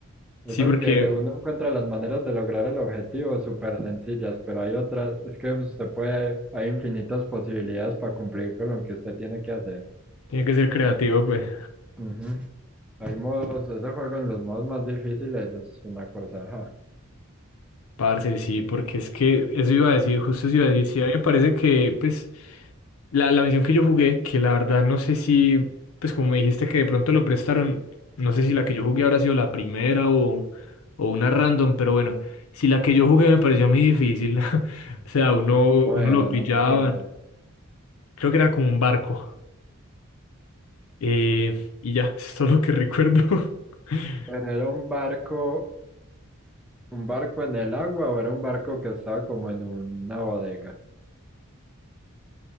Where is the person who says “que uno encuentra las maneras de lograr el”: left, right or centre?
Centre